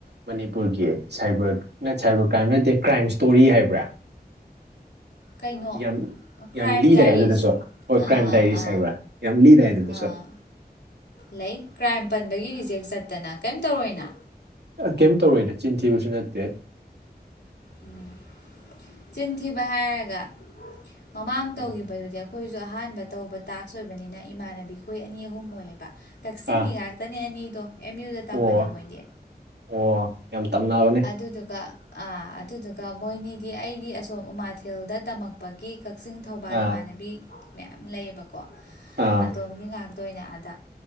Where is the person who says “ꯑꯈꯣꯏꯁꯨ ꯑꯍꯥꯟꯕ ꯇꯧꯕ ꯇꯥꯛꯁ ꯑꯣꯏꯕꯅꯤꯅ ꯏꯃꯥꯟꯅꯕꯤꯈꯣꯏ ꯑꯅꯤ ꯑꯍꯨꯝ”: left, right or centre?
Left